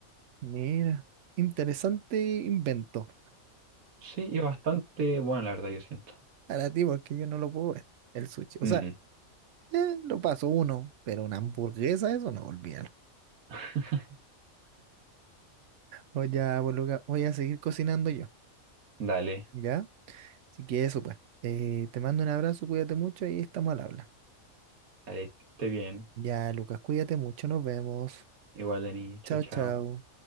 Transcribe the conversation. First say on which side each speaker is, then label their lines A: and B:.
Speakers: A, on the right; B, on the right.
A: Mira, interesante invento
B: Sí, y bastante bueno, la verdad, yo siento.
A: para ti, porque yo no lo puedo ver, el sushi. O
B: Mm.
A: sea, eh, lo paso uno, pero una hamburguesa, eso no, olvídalo.
B: <laughs>
A: Pues ya, pues Luca, voy a seguir cocinando yo,
B: Dale,
A: ¿ya? Así que eso, pues. Eh, te mando un abrazo, cuídate mucho y estamos al habla.
B: dale, que esté bien.
A: Ya, Lucas, cuídate mucho, nos vemos.
B: Igual, Dani, chao,
A: Chao,
B: chao.
A: chao.